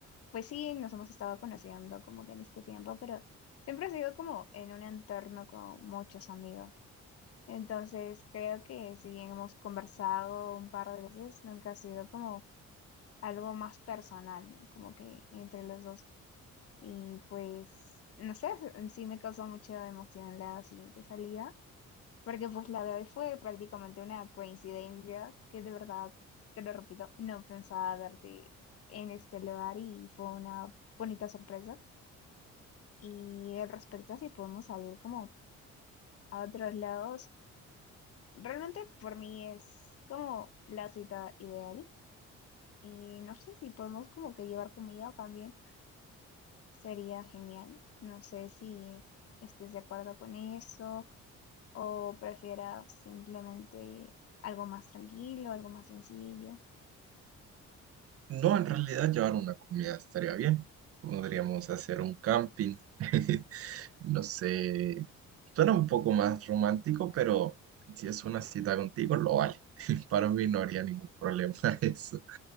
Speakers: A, on the left; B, on the right.
A: pues sí, nos hemos estado conociendo como que en este tiempo, pero siempre ha sido como en un entorno con muchos amigos. Entonces, creo que si bien hemos conversado un par de veces, nunca ha sido como algo más personal, ¿no? Como que entre los dos. Y pues, no sé, s- sí me causó mucha emoción la siguiente salida. Porque pues la de hoy fue prácticamente una coincidencia que de verdad, te lo repito, no pensaba verte en este lugar y fue una bonita sorpresa. Y al respecto a si podemos salir como a otros lados, realmente por mí es como la cita ideal. Y no sé si podemos como que llevar comida también, sería genial. No sé si estés de acuerdo con eso o prefieras simplemente algo más tranquilo, algo más sencillo.
B: No, en realidad llevar una comida estaría bien. Podríamos hacer un camping. <laughs> No sé, suena un poco más romántico, pero si es una cita contigo, lo vale. <laughs> Para mí no haría ningún problema <laughs> eso.